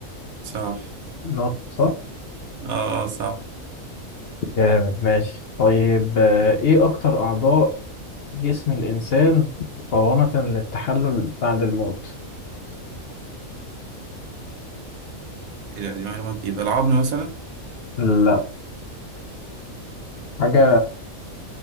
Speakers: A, on the right; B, on the left.
A: صح
B: نقط صح
A: اه اه صح
B: جامد ماشي طيب آه، ايه أكتر أعضاء جسم الإنسان مقاومة للتحلل بعد الموت
A: ايه ده دي معلومة جديدة العظم مثلا
B: لا حاجة